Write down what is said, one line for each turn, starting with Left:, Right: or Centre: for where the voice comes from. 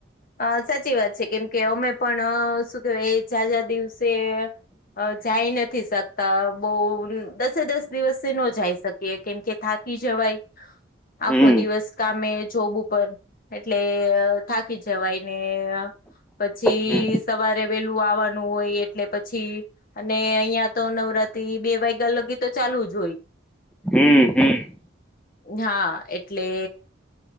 Left: હા સાચી વાત છે કેમ કે અમે પણ શું કેવાય એ ઝાઝાં દિવસે હ જાય નથી શકતા બહુ દસે દસ દિવસથી ન જાય શકીએ કેમ કે થાકી જવાય
Centre: હમ
Left: આખો દિવસ કામે જોબ ઉપર એટલે થાકી જવાય ને પછી
Centre: હમ
Left: સવારે વેલું આવવાનું હોય એટલે પછી અને અહિયાં તો નવરાત્રી બે વાગ્યા લગી તો ચાલુ જ હોય
Centre: હમ્મ હમ્મ
Left: હા એટલે